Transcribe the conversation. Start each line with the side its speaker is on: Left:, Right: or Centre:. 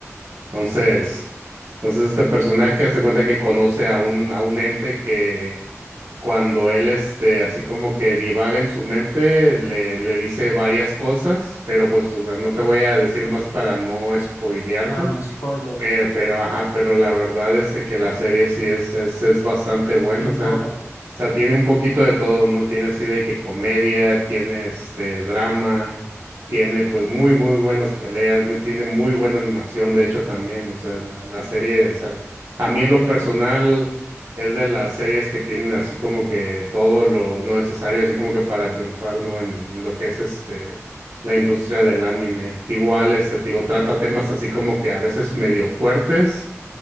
Right: Entonces,
Left: ok.
Right: entonces este personaje hazte cuenta que conoce a un, a un ente que cuando él, este, así como que divaga en su mente, le, le dice varias cosas, pero pues, o sea, no te voy a decir más para no spoilearte.
Left: Claro, el spoiler.
Right: Pero, pero, ajá, pero la verdad este que la serie sí es, es, es bastante buena,
Left: Sí, es
Right: o sea,
Left: buena.
Right: o sea, tiene un poquito de todo, ¿no? Tiene así de que comedia, tiene este drama, tiene pues muy, muy buenas peleas, me- tiene muy buena animación, de hecho también, o sea, la, la serie, o sea, a mí en lo personal es de las series que tienen así como que todo lo necesario, así como que para triunfar, ¿no? En lo que es este la industria del anime. Igual, este, te digo, trata temas así como que a veces medio fuertes,